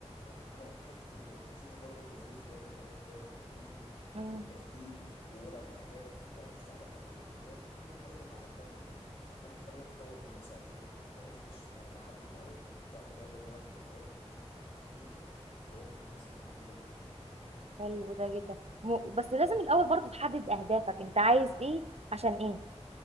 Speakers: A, on the left; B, on the right.
A: إن أنا حتة إن يكون في تدرج وظيفي وأفهم يعني إيه تدرج وظيفي
B: مم.
A: والتخطيط ووضع الأهداف وأركز على الأولويات كل الحاجات دي اتعلمتها من النشاط أنا بدأت أطور من نفسي على فكرة ما وقفتش عند حد معين لا بدأت إن أنا آخد خطوات كتير وطورت من نفسي الحمد لله
B: حلو ده جدا م... بس لازم الاول برضه تحدد اهدافك انت عايز ايه عشان ايه